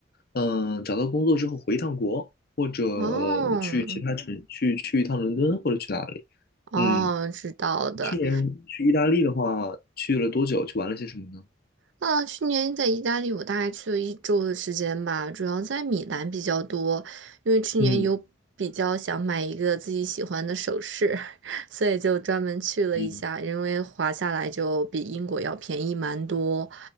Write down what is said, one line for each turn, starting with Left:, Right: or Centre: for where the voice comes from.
Left: 嗯、找到工作之后回一趟国，或者
Right: 哦，
Left: 去其他城，去去一趟伦敦或者去哪里。
Right: 哦，
Left: 嗯，
Right: 知道的。
Left: 去年去意大利的话，去了多久？去玩了些什么呢？
Right: 啊，去年在意大利，我大概去了一周的时间吧，主要在米兰比较多，因为去年有比较想买一个自己喜欢的首饰，
Left: 嗯
Right: <laughs> 所以就专门去了一下，
Left: 嗯。
Right: 因为划下来就比英国要便宜蛮多，